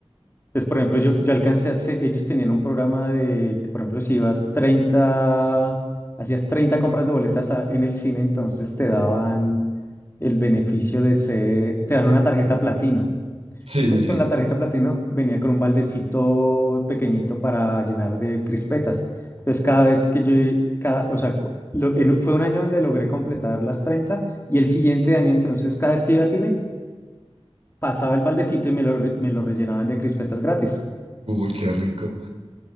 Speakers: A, on the left; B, on the right.
A: Entonces, por ejemplo, yo, yo alcancé a hacer, ellos tenían un programa de, que, por ejemplo, si ibas 30 hacías 30 compras de boletas a- en el cine, entonces te daban el beneficio de ser, te dan una tarjeta platino.
B: Sí,
A: Entonces,
B: sí, sí.
A: con la tarjeta platino venía con un baldecito pequeñito para llenar de crispetas. Entonces, cada vez que yo, cada- o sea, co- lo- en un- fue un año donde logré completar las 30 y el siguiente año, entonces, cada vez que iba a cine, pasaba el baldecito y me lo, re- me lo rellenaban de crispetas gratis.
B: Uy, qué rico.